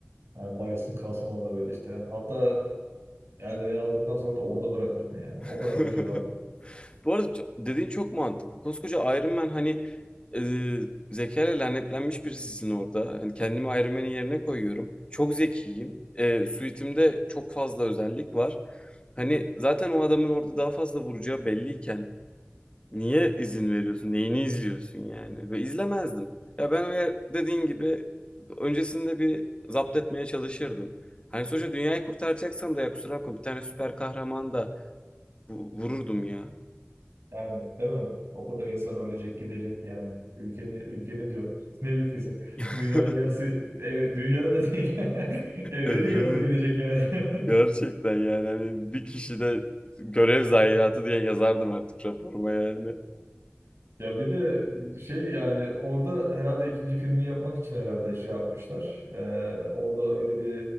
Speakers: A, on the right; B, on the left.
A: Yani bayılsın kalsın orada böyle işte. Hatta eldiveni aldıktan sonra da orada bırakırdım yani.
B: <laughs>
A: O kadar gıcık aldım.
B: Bu arada ço- dediğin çok mantıklı. Koskoca Iron Man hani e, zekayla lanetlenmiş birisisin orada. Hani kendimi Iron Man'in yerine koyuyorum. Çok zekiyim. E, suitimde çok fazla özellik var. Hani zaten o adamın orada daha fazla vuracağı belliyken Niye izin veriyorsun? Neyini izliyorsun yani? Ve izlemezdim. Ya ben öyle dediğin gibi öncesinde bir zapt etmeye çalışırdım. Hani sonuçta dünyayı kurtaracaksam da ya kusura bakma bir tane süper kahraman da vu- vururdum ya.
A: Yani değil mi? O kadar insan ölecek gidecek yani. Ülkenin ülkeni diyorum. <laughs> Ne ülkesi?
B: <laughs>
A: Dünyanın yarısı ev, dünyada da değil. <laughs> Evrenin
B: Evrenin
A: yarısı gidecek yani. <laughs>
B: gerçekten yani hani bir kişide görev zayiatı diye yazardım artık raporuma yani.
A: Ya bir de şey yani orada herhalde ikinci filmi yapmak için herhalde şey yapmışlar. Ee, orada öyle bir